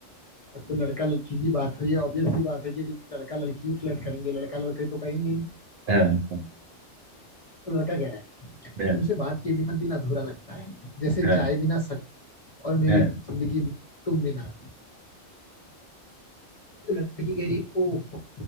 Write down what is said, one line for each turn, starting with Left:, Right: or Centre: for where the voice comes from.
Left: तो लड़का लड़की की बात हुई ऑब्वियस सी बात है कि लड़का लड़की फ्लर्ट करेंगे लड़का लड़के तो कहेंगे नहीं।
Right: हाँ
Left: तो लड़का कह रहा है
Right: हाँ
Left: तुमसे बात किए बिना दिन अधूरा लगता है जैसे
Right: हाँ
Left: चाय बिना सक और मेरी
Right: हाँ
Left: जिंदगी भी तुम बिना तो लड़की कह रही है ओ